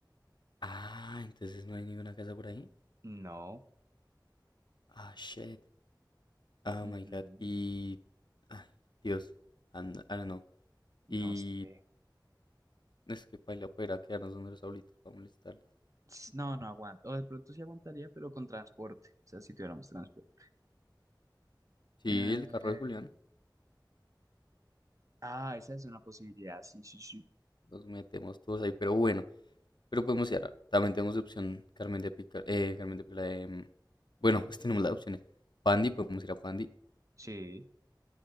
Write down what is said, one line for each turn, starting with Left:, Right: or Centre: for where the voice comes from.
Left: Ah, entonces no hay ninguna casa por ahí.
Right: No.
Left: Ah, shit. Oh
Right: Ujú.
Left: my god. Y, ay, Dios, and- I don't know. Y
Right: No sé.
Left: es que paila poder quedarnos donde los abuelitos para molestarlos.
Right: Ts, No, no aguanto. O de pronto sí aguantaría, pero con transporte. O sea, si tuviéramos transporte.
Left: Sí,
Right: Eh,
Left: el carro de Julián,
Right: ah, esa es una posibilidad. Sí, sí, sí.
Left: los metemos todos ahí, pero bueno, pero podemos ir. a- También tenemos de opción Carmen de Pica, eh, Carmen de Pica, em, bueno, <laughs> pues tenemos las opciones. Pandi, podemos ir a Pandi,
Right: Sí.